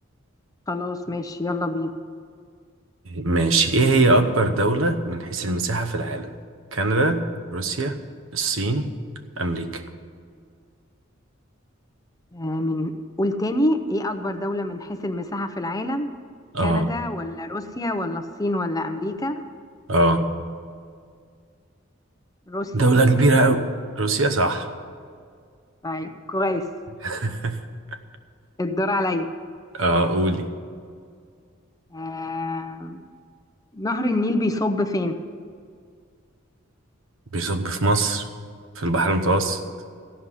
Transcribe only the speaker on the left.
خلاص ماشي يلا بينا
آه من قول تاني ايه اكبر دولة من حيث المساحة في العالم
كندا ولا روسيا ولا الصين ولا امريكا
روسيا
طيب كويس
الدور عليا
آه نهر النيل بيصب فين